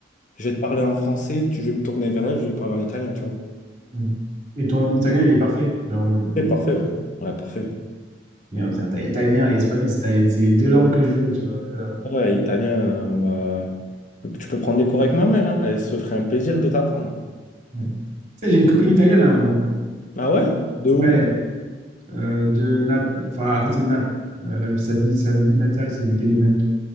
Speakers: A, on the left; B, on the right.
A: Je vais te parler en français, tu veux me tourner vers elle, je vais lui parler en italien, tu vois.
B: Mhm. Et ton italien, il est parfait. Genre en mode.
A: C'est parfait, ouais. Ouais, parfait.
B: Bien, putain, t'as italien et espagnol, c'est t'as- c'est les deux langues que je veux, tu vois. Euh,
A: Ouais, italien, euh, bah, tu peux prendre des cours avec ma mère, hein, Elle se ferait un plaisir de t'apprendre.
B: ouais. Tu sais, j'ai une copine italienne à un moment.
A: Ah ouais? De où?
B: Ouais, euh, de Naples, enfin à côté de Naples. Euh, la- sa ville, sa ville natale, c'est Benevento.